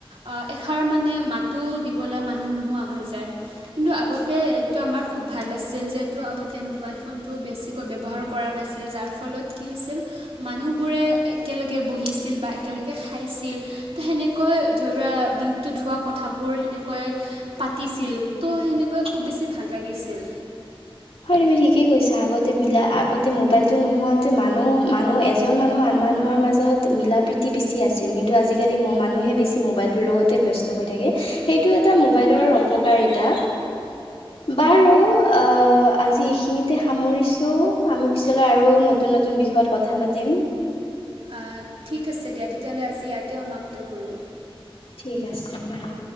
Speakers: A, on the right; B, on the left.
A: অহ এষাৰ মানে মাতো দিবলৈ মানুহ নোহোৱা হৈ যায় কিন্তু আগত তে এইটো আমাৰ খুব ভাল আছিল যিহেতু আগতে মোবাইল ফোনটো বেছিকৈ ব্যৱহাৰ কৰা নাছিল যাৰ ফল- ফলত কি হৈছিল মানুহবোৰে একেলগে বহিছিল বা একেলগে খাইছিল তে হেনে কৈ ধৰি ৰুৱা দিনটোত হোৱা কথাবোৰ সেনেকৈ পাতিছিল ত' সেনে কৈ খুব বেছি ভাল লাগিছিল।
B: হয় তুমি ঠিকেই কৈছা আগতে মিলা আগতে মবাইলতটো নোহোৱাতে মানুহ-মানুহ এজন মানুহ আন মানুহৰ মাজত মিলা প্ৰীতি বেছি আছিল কিন্তু আজিকালি ম-মানুহে বেছি মোবাইলটোৰ লগতে ব্যস্ত হৈ থাকে। সেইটো এটা মোবাইলৰ অপকাৰীতা বাৰু আ আজি ইখিনিতে সামৰিছো আমি পিছলৈ আৰু নতুন -নতুন বিষয়ত কথা পাতিম <inaudible>
A: আহ, ঠিক আছে দিয়া তেতিয়াহ'লে আজি ইয়াতে সমাপ্ত কৰোঁ।
B: ঠিক আছে বাৰু।